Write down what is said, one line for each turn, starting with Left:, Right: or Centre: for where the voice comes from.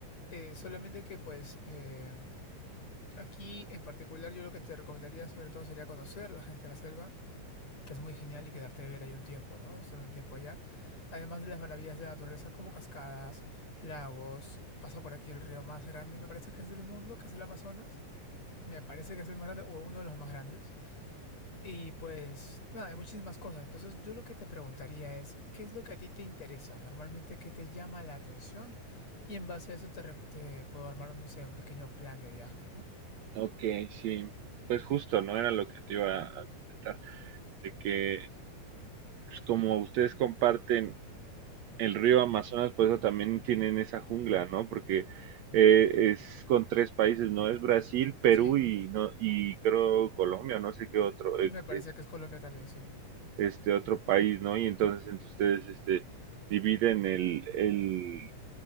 Left: Eh, solamente que pues eh, aquí en particular yo lo que te recomendaría sobre todo sería conocer la gente de la selva, que es muy genial y quedarte a vivir ahí un tiempo, ¿no? Estar un tiempo allá. Además de las maravillas de la naturaleza como cascadas, lagos, pasa por aquí el río más grande, me parece que es del mundo, que es el Amazonas. Me parece que es el más grande o uno de los más grandes. Y pues nada, hay muchísimas cosas. Entonces yo lo que te preguntaría es, ¿qué es lo que a ti te interesa? Normalmente, ¿qué te llama la atención? Y en base a eso te, te puedo armar, no sé, un pequeño plan de viaje, ¿no?
Right: ok, sí. Pues justo, ¿no? Era lo que te iba a comentar, de que pues, como ustedes comparten el río Amazonas, por eso también tienen esa jungla, ¿no? Porque eh, es con tres países, ¿no? Es Brasil, Perú
Left: Sí,
Right: y, no, y creo Colombia, no sé qué otro,
Left: me
Right: eh,
Left: parece
Right: es-
Left: que es Colombia también, sí.
Right: este otro país, ¿no? Y entonces entre ustedes, este, dividen el, el,